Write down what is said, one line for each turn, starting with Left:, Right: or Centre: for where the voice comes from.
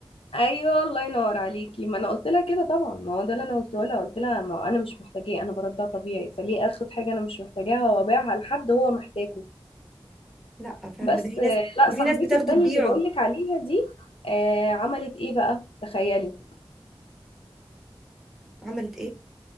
Left: ايوه الله ينور عليكي ما انا قلت لها كده طبعا ما هو ده اللي انا قلته لها قلت لها ما هو انا مش محتاجاه انا برضع طبيعي فليه اخد حاجة انا مش محتاجاها وابيعها لحد هو محتاجه
Centre: لا فعلا
Left: بس
Centre: ده في ناس
Left: آه، لا
Centre: وفي
Left: صاحبتي
Centre: ناس بتاخده
Left: التانية
Centre: تبيعه
Left: اللي بقولك عليها دي آه، عملت ايه بقى تخيلي
Centre: عملت ايه